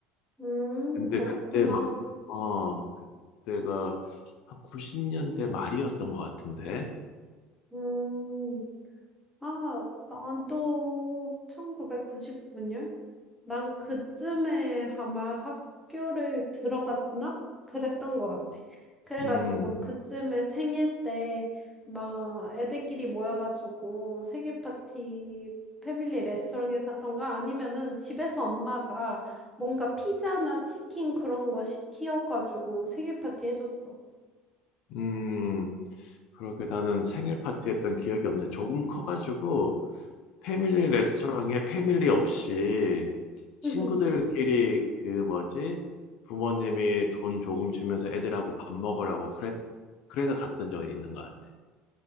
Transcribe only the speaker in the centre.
음,
그렇구나.
음, 아, 나도 1999년? 난 그쯤에 아마 학교를 들어갔나? 그랬던 것 같아. 그래가지고
그쯤에 생일 때 막 애들끼리 모여가지고 생일 파티 패밀리 레스토랑에서 하던가 아니면은 집에서 엄마가 뭔가 피자나 치킨 그런 거 시켜가지고 생일 파티 해줬어.
<laughs>